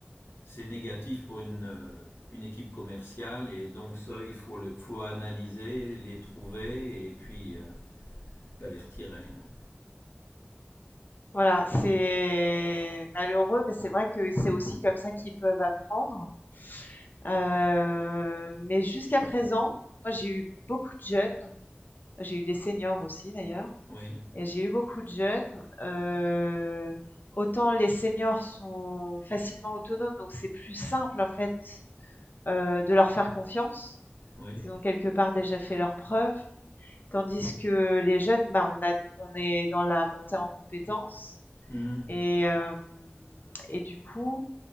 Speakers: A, on the left; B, on the left.
A: c'est négatif pour une, euh, une, équipe commerciale et donc ça, il faut, le, faut analyser, les trouver et puis euh, bah, les retirer. Hein.
B: voilà, c'est malheureux, mais c'est vrai que c'est aussi comme ça qu'ils peuvent apprendre. Heu, mais jusqu'à présent, moi j'ai eu beaucoup de jeunes, j'ai eu des seniors aussi d'ailleurs
A: Oui,
B: et j'ai eu beaucoup de jeunes. Heu, autant les seniors sont facilement autonomes, donc c'est plus simple en fait, heu, de leur faire confiance.
A: oui.
B: Ils ont quelque part déjà fait leurs preuves. Tandis que les jeunes, bah, on a on est dans la montée en compétences
A: Mmh.
B: et hem et du coup